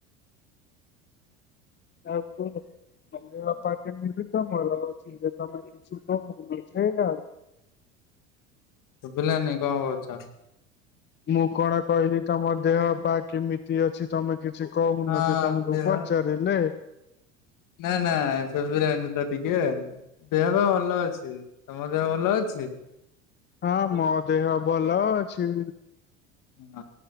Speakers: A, on the left (about 25°); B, on the left (about 50°).
A: ଆଉ କୁହ। <unintelligible>
B: ସୁଭିଲାନି କଣ କହୁଚ?
A: ମୁଁ କଣ କହିଲି ତମ ଦେହ ପାହ କେମିତ ତି ଅଛି। ତମେ କିଛି କହୁନ
B: ହଁ
A: ଯେ ତମକୁ
B: ଦେହ
A: ପଚାରିଲେ।
B: ନା ନା ସୁବିଲାନି ତ ଟିକେ। ଦେହ ତ ଭଲ ଅଛି। ତମ ଦେହ ଭଲ ଅଛି?
A: ହଁ ମୋ ଦେହ ଭଲ ଅଛି।
B: ହଁ